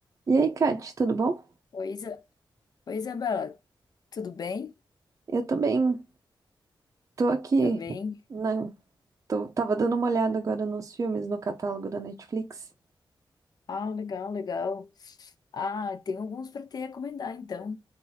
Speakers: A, on the right; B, on the left.
A: E aí, Kate, tudo bom?
B: Oi, Isa... Oi, Isabela, tudo bem?
A: Eu tô bem. Tô aqui
B: Tá bem?
A: na... tô- Tava dando uma olhada agora nos filmes no catálogo da Netflix.
B: Ah, legal, legal. Ah, tem alguns para te recomendar, então. Não